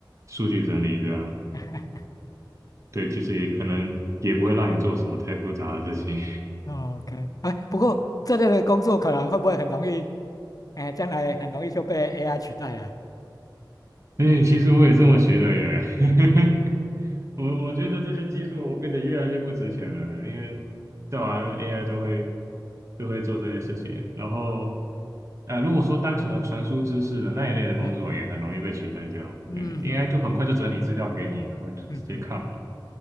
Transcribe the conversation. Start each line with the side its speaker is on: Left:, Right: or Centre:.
Right: 数据整理这样。
Left: <laughs>
Right: 对，其实也可能也不会让你做什么太复杂的事情。
Left: 哦，OK，哎，不过这类的工作可能会不会很容易，哎，将来很容易就被 AI 取代了？
Right: <laughs> 哎，其实我也这么学的耶。<laughs> 我我觉得这些技术我变得越来越不值钱了，因为造完 AI 都会都会做这些事情。然后，呃，如果说单纯的传输知识的那一类的工作，
Left: 对，
Right: 也很容易被取代掉。
Left: 嗯嗯
Right: 嗯，AI 就很快就整理资料给你，然后你就直接看了，
Left: 嗯嗯，